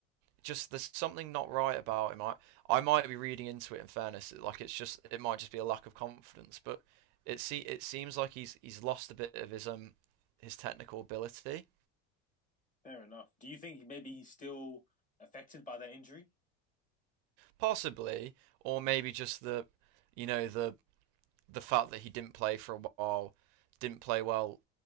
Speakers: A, on the right; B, on the left.
A: Just there's something not right about him. I I might be reading into it. In fairness, like it's just it might just be a lack of confidence. But it see it seems like he's he's lost a bit of his um his technical ability,
B: Fair enough. Do you think maybe he's still affected by that injury?
A: possibly, or maybe just the you know the the fact that he didn't play for a while, didn't play well